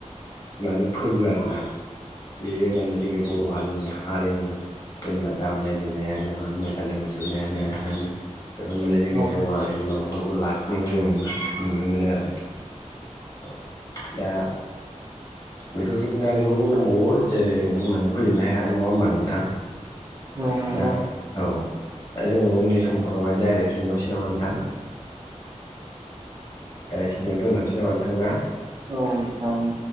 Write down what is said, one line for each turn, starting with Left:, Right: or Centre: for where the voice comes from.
Left: माने फोरबो आरोना। बेयो माने जोंनि बर' हारिनिनो हारिमु। जेनेबा दामनाय देनायानो होन मोसानाय मुसुरनायानो होन। बेफोर माने जोंनि
Right: औ
Left: बर' हारिनि माबाखौ नफोरखौ लाखिनायबो जों नुनो मोनो आरो औ दा। बेफोरबायदिनो आरो गोबां दंबावो जेरै जों बुंनानै फोजोबनो हाया नङा होमबा नोंथां?
Right: औ नंगौ
Left: दा औ दा जोङो उननि समफोरावहाय रायज्लायफिनबावनोसै नामा नोंथां। दा सखिनियावनो दोनथ'नोसै नामा नोंथां ना।
Right: औ नोंथां।